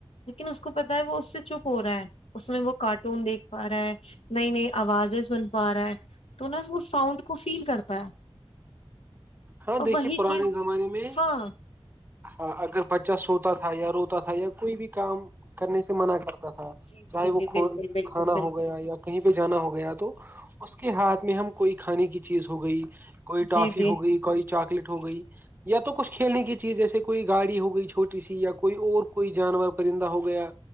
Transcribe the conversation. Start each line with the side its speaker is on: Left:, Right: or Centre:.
Left: لیکن اس کو پتا ہے وہ اس سے چپ ہو رہا ہے اس میں وہ کاٹ ٹون دیکھ پا رہا ہے نئی نئی آوازیں سن پا رہا ہے تو نا وہ ساؤنڈ کو فیل کرتا ہے
Right: ہاں
Left: اور
Right: دیکھیے
Left: وہی
Right: پرانے
Left: چیز
Right: زمانے میں
Left: ہاں
Right: ہاں اگر بچہ سوتا تھا یا روتا تھا یا کوئی بھی کام کرنے سے منع کرتا تھا
Left: جی
Right: چاہے
Left: جی
Right: وہ
Left: جی
Right: کھ
Left: بالکل بالکل
Right: کھانا
Left: بالکل
Right: ہو گیا یا کہیں بھی جانا ہو گیا تو اس کے ہاتھ میں ہم کوئی کھانے کی چیز ہو گئی کوئی
Left: جی
Right: ٹافی
Left: جی
Right: ہو گئی کوئی چاکلیٹ
Left: جی
Right: ہو گئی
Left: جی
Right: یا تو کچھ کھیلنے کی چیز جیسے کوئی گاڑی ہو گئی چھوٹی سی یا کوئی اور کوئی جانور پرندہ ہو گیا